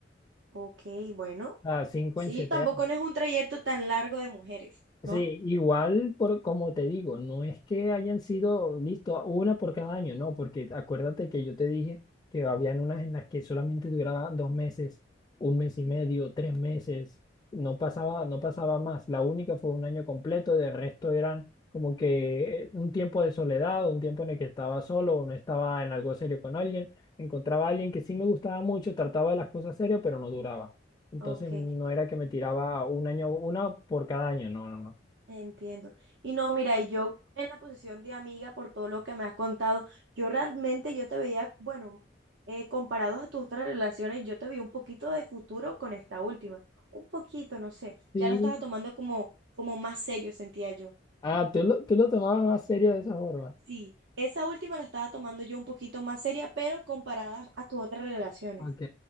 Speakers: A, on the right; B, on the left.
A: ok, bueno.
B: O sea, cinco
A: Sí,
B: en siete
A: tampoco no es un trayecto tan largo de mujeres, ¿no?
B: Sí, igual por como te digo, no es que hayan sido listo una por cada año, no, porque acuérdate que yo te dije que habían unas en las que solamente duraba dos meses, un mes y medio, tres meses, no pasaba, no pasaba más. La única fue un año completo, de resto eran como que eh, un tiempo de soledad, o un tiempo en el que estaba solo o no estaba en algo serio con alguien, encontraba a alguien que sí me gustaba mucho, trataba de las cosas serias, pero no duraba. Entonces
A: Ok,
B: no era que me tiraba un año, una por cada año, no, no, no.
A: entiendo. Y no, mira, y yo en la posición de amiga, por todo lo que me has contado, yo realmente yo te veía, bueno, eh, comparados a tus otras relaciones, yo te veía un poquito de futuro con esta última. Un poquito, no sé.
B: Sí.
A: Ya lo estaba tomando como, como más serio, sentía yo.
B: Ah, tú lo, tú lo tomabas más serio de esa forma.
A: Sí, esa última la estaba tomando yo un poquito más seria, pero comparada a tus otras relaciones.
B: Ok.